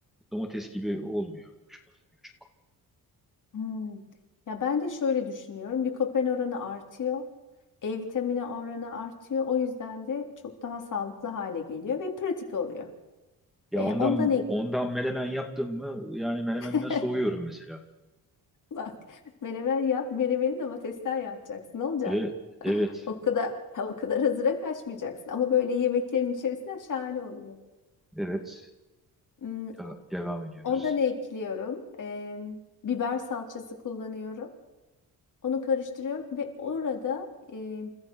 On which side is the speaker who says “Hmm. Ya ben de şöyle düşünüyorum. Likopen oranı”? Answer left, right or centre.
Left